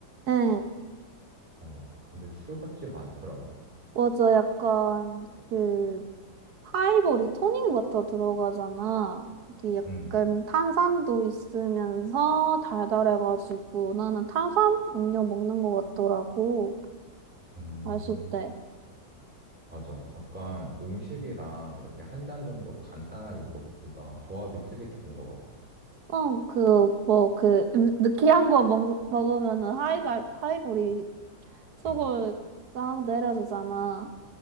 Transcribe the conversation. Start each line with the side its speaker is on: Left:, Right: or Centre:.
Right: 응,
Centre: 어, 근데 술 같지가 않더라고.
Right: 맞아. 약간 그 파이볼이 토닉워터 들어가잖아. 이게 약간
Centre: 응,
Right: 탄산도 있으면서 달달해가지고 나는 탄산 음료 먹는 것 같더라고.
Centre: 음,
Right: 마실 때.
Centre: 맞아. 약간 음식이랑 이렇게 한 잔 정도 간단하게 먹기가 조합이 되게 좋은 것 같아.
Right: 응, 그, 뭐, 그, 음, 느끼한 거 먹, 먹으면은 하이발, 하이볼이 속을
Centre: 응,
Right: 싹 내려주잖아.